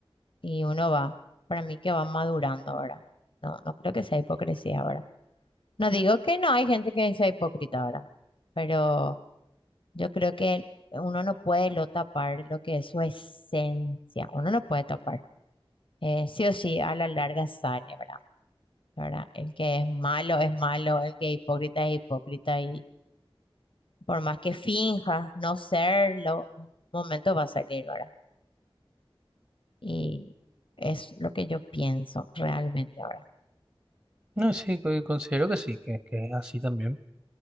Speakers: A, on the left; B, on the right.
A: y uno va, para mí que va madurando ahora. No, no creo que sea hipocresía ahora. No digo que no hay gente que sea hipócrita ahora, pero yo creo que uno no puede lo tapar lo que es su esencia, uno no puede tapar. Eh, sí o sí, a la larga sale, ¿verdad? ¿verdad? El que es malo es malo, el que es hipócrita es hipócrita y por más que finjas no serlo, en un momento va a salir, ¿verdad? Y es lo que yo pienso realmente ahora.
B: No, sí, co- considero que sí, que, que es así también.